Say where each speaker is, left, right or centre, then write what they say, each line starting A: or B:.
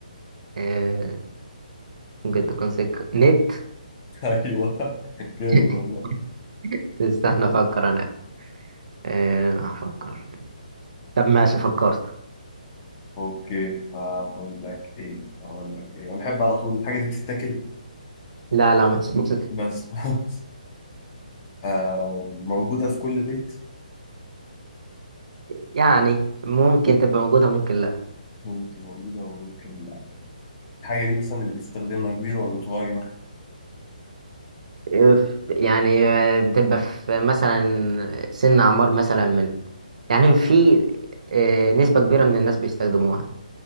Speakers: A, on the right; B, on the left.
A: آه، ممكن تكون سلك نت
B: <laughs> ايوه جامد
A: <laughs>
B: والله
A: استنى أفكر أنا أه هفكر طب ماشي فكرت
B: اوكي اقول لك ايه اقول لك ايه انا بحب على طول الحاجة دي بتتاكل
A: لا لا مش مش- <laughs>
B: بس <laughs> خلاص آه، موجودة في كل بيت
A: يعني ممكن تبقى موجودة ممكن لا
B: ممكن موجودة وممكن لا الحاجة دي مثلا اللي بيستخدمها كبير ولا صغير
A: آه، ف- يعني آه، بتبقى في مثلا سن أعمار مثلا من يعني في آه، نسبة كبيرة من الناس بيستخدموها